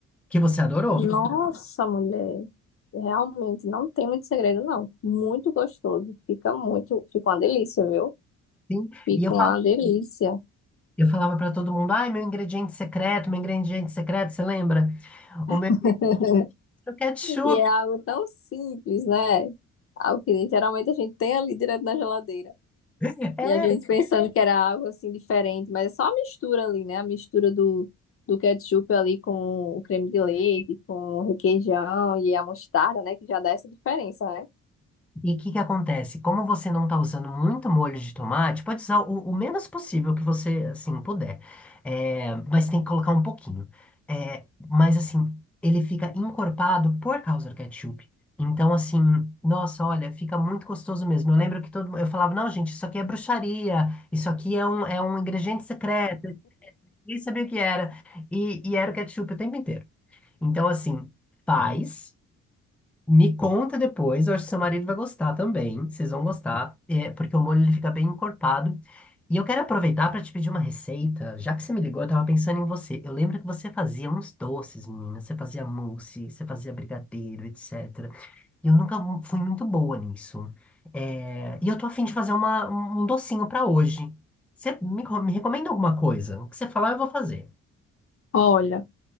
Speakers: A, in the centre; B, on the left.
A: que você adorou.
B: Nossa, mulher, realmente não tem muito segredo, não. Muito gostoso, fica muito, fica uma delícia, viu?
A: Sim.
B: Fica
A: E eu
B: uma delícia.
A: Eu falava para todo mundo, ai, meu ingrediente secreto, meu ingrediente secreto, você lembra? O meu
B: <laughs>
A: é o ketchup.
B: E é algo tão simples, né? Algo que geralmente a gente tem ali direto na geladeira.
A: <laughs> É.
B: E a gente pensando que era algo assim diferente, mas é só a mistura ali, né? A mistura do, do ketchup ali com o creme de leite, com o requeijão e a mostarda, né? Que já dá essa diferença, né?
A: E o que que acontece? Como você não está usando muito molho de tomate, pode usar o, o menos possível que você, assim, puder. É, mas tem que colocar um pouquinho. É, mas, assim, ele fica encorpado por causa do ketchup. Então, assim, nossa, olha, fica muito gostoso mesmo. Eu lembro que todo mundo, eu falava, não, gente, isso aqui é bruxaria, isso aqui é um, é um ingrediente secreto. Nem sabia o que era. E, e era o ketchup o tempo inteiro. Então, assim, faz. Me conta depois. Eu acho que seu marido vai gostar também. Vocês vão gostar. é, porque o molho ele fica bem encorpado. E eu quero aproveitar para te pedir uma receita. Já que você me ligou, eu tava pensando em você. Eu lembro que você fazia uns doces, menina. Você fazia mousse, você fazia brigadeiro, etc. E eu nunca mu- fui muito boa nisso. É, E eu tô afim de fazer uma, um um docinho para hoje. Você me, co- me recomenda alguma coisa? O que você falar, eu vou fazer.
B: Olha,